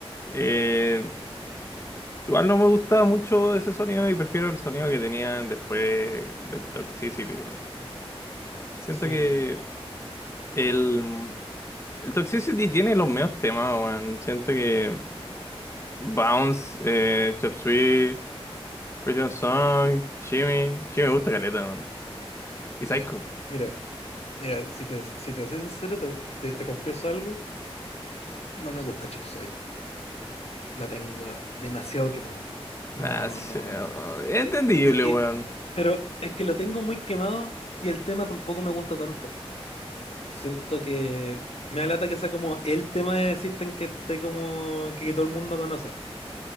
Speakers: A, on the left; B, on the left.
A: Eh, Igual no me gustaba mucho ese sonido y prefiero el sonido que tenían después del Toxicity, weón. Siento
B: Sí.
A: que el, el Toxicity tiene los mejores temas, weón. Siento que Bounce, eh, Chop Suey, Prison Song, Shimmy, Shimmy me gusta caleta, weón. Y
B: Yeah.
A: Psycho.
B: Mira, mira, si te, si te soy sincero, te, te- te confieso algo. No me gusta Chop Suey. La tengo demasiado quemado. No,
A: Ah, sí,
B: no.
A: oh, es entendible,
B: Sí, y-
A: weón.
B: pero es que lo tengo muy quemado y el tema tampoco me gusta tanto. Siento que me alata que sea como el tema de System que esté como que, todo el mundo conoce.